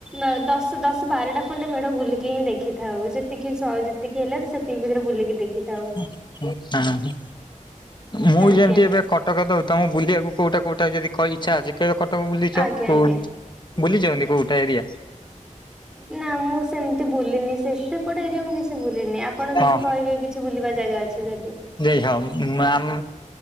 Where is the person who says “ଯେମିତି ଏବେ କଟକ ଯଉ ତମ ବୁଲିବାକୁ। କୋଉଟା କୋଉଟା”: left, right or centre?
Left